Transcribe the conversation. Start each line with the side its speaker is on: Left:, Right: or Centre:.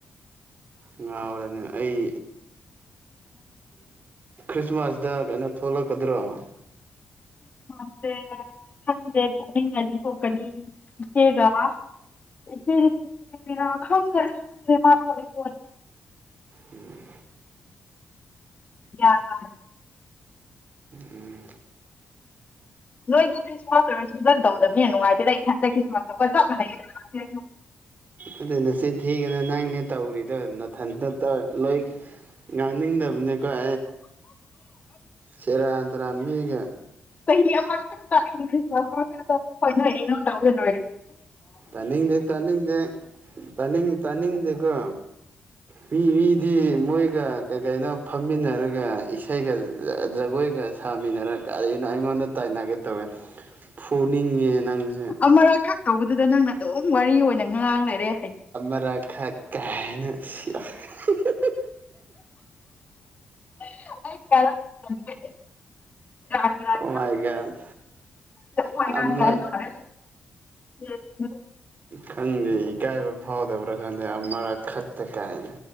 Right: ꯉꯥꯎꯔꯅꯦ ꯑꯩ ꯈ꯭ꯔꯤꯁꯃꯥꯁꯗ ꯀꯩꯅꯣ ꯊꯣꯂꯛ ꯀꯗ꯭ꯔꯛ
Left: ꯈ꯭ꯔꯤꯁꯃꯥꯁꯁꯦ ꯈꯪꯗꯦ ꯊꯣꯛꯅꯤꯡꯉꯗꯤ ꯊꯣꯛꯀꯅꯤ ꯏꯆꯦꯒ ꯏꯆꯦꯗꯤ ꯊꯣꯛꯔ ꯈꯪꯗ꯭ꯔꯦ ꯑꯩꯁꯨ ꯈꯪꯗꯦ ꯃꯥ ꯈꯣꯂ ꯈꯣꯂꯦ
Right: ꯎꯝ
Left: ꯌꯥ ꯀ
Right: ꯎꯝ
Left: ꯅꯣꯏꯒꯤ ꯈ꯭ꯔꯤꯁꯃꯥꯁ ꯑꯣꯏꯔꯁꯨ ꯐꯖꯅ ꯇꯧꯗꯅꯤꯅ ꯅꯨꯡꯉꯥꯏꯇꯔꯗ ꯏꯊꯟ ꯃ ꯀꯖ ꯃꯅꯦ <unintelligible>
Right: ꯑꯗꯨ ꯅꯆꯤꯟ ꯊꯤꯒꯅ ꯅꯪꯅꯦ ꯇꯧꯔꯤꯗꯣ ꯅꯥꯊꯟꯇ ꯇꯧ ꯂꯣꯏ ꯉꯥꯡꯅꯤꯡꯗꯕ ꯀ ꯁꯦꯔ ꯇꯔꯥꯅꯤꯃꯤꯒ
Left: ꯆꯍꯤ ꯑꯃꯈꯛꯇ ꯑꯩꯅꯤ ꯈ꯭ꯔꯤꯁꯃꯥꯁ ꯑꯃꯈꯛꯇ ꯍꯣꯏ ꯅꯣꯏ ꯅꯧ ꯇꯧꯖꯔꯣꯏꯔꯦ
Right: ꯇꯅꯤꯡꯗꯦ ꯇꯥꯅꯤꯡꯗꯦ ꯇꯅꯤꯡ ꯇꯥꯅꯤꯡꯗꯦꯀꯣ ꯃꯤ ꯃꯤꯗꯤ ꯃꯣꯏꯒ ꯀꯩ ꯀꯩꯅꯣ ꯐꯝꯃꯤꯟꯅꯔꯒ ꯏꯁꯩꯒ ꯖꯒꯣꯏꯒ ꯁꯥꯃꯤꯟꯅꯔꯒ ꯀꯔꯤꯅꯣ ꯑꯩꯉꯣꯟꯗ ꯇꯥꯏꯅꯒꯦ ꯇꯧꯋꯦ ꯐꯨꯅꯤꯡꯉꯦ ꯅꯪꯁꯦ
Left: ꯑꯃꯔ ꯈ ꯇꯧꯕꯗꯨꯗ ꯅꯪꯅ ꯑꯗꯨꯝ ꯋꯥꯔꯤ ꯑꯣꯏꯅ ꯉꯉꯥꯡ ꯂꯩꯔꯦ
Right: ꯑꯔ ꯈ ꯀꯍꯅ ꯁꯤ <inaudible>
Left: <inaudible> ꯅꯤꯅꯤ
Right: ꯃꯥꯏ ꯒꯣꯗ ꯑꯃ
Left: ꯐꯔꯦ
Right: ꯈꯪꯗꯦ ꯏꯀꯥꯏꯕ ꯐꯥꯎꯗꯕ꯭ꯔꯥ ꯈꯪꯗꯦ ꯃꯔꯛ ꯈꯛꯇ ꯀꯥꯏꯅ